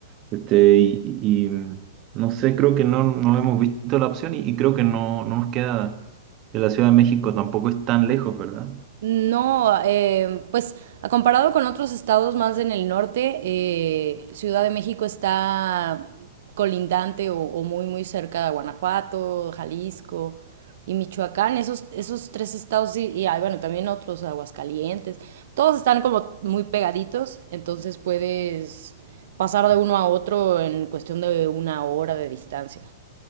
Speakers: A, on the right (about 35°); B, on the right (about 60°).
A: Este, y, y, mm, no sé, creo que no, no hemos visto la opción y, y creo que no, no nos queda de la Ciudad de México, tampoco es tan lejos, ¿verdad?
B: No, em, pues a comparado con otros estados más en el norte, eh, Ciudad de México está colindante o, o muy muy cerca de Guanajuato, Jalisco y Michoacán. Esos, esos tres estados y, y hay, bueno, también otros, Aguascalientes. Todos están como muy pegaditos, entonces puedes pasar de uno a otro en cuestión de una hora de distancia.